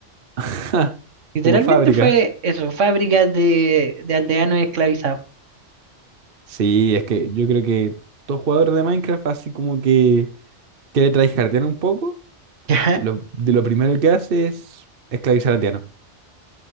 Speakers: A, on the right (about 50°); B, on the right (about 85°).
A: <laughs>
B: Literalmente
A: Como fábrica.
B: fue eso, fábricas de, de aldeanos esclavizados.
A: Sí, es que yo creo que todo jugador de Minecraft, así como que quiere tryhardear un poco,
B: <laughs> Ya,
A: lo, de lo primero que hace es esclavizar al